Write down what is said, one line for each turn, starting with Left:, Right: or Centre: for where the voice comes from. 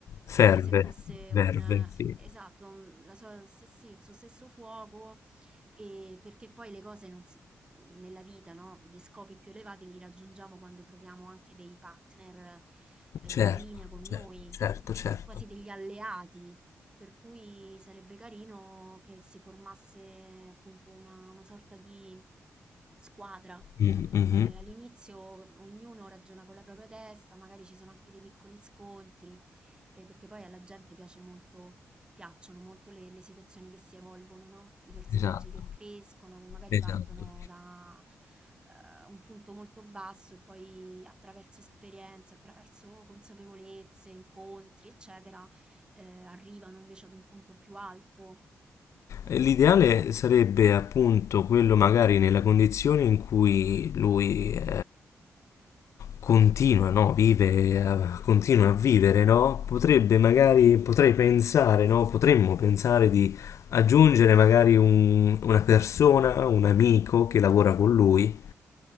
Left: Ferve,
Right: come se fosse
Left: verve,
Right: un, eh,
Left: sì.
Right: esatto, un- la sua, se sì, il suo stesso fuoco, e perché poi le cose non si nella vita, no, gli scopi più elevati li raggiungiamo quando troviamo anche dei partner, eh, in
Left: Certo,
Right: linea con
Left: certo,
Right: noi,
Left: certo,
Right: de-
Left: certo.
Right: quasi degli alleati. Per cui sarebbe carino che si formasse appunto una, una sorta di squadra.
Left: Mhm, mhm.
Right: Eh, all'inizio ognuno ragiona con la propria testa, magari ci sono anche dei piccoli scontri, eh, perché poi alla gente piace molto, piacciono molto le, le situazioni che si evolvono, no? I personaggi
Left: Esatto,
Right: che crescono, che magari
Left: esatto.
Right: partono da eh, un punto molto basso e poi attraverso esperienze, attraverso consapevolezze, incontri, eccetera, eh, arrivano invece ad un punto più alto.
Left: L'ideale sarebbe appunto quello magari nella condizione in cui lui eh, continua, no? Vive, a- continua a vivere, no? Potrebbe magari, potrei pensare, no? Potremmo pensare di aggiungere magari un- una persona, un amico che lavora con lui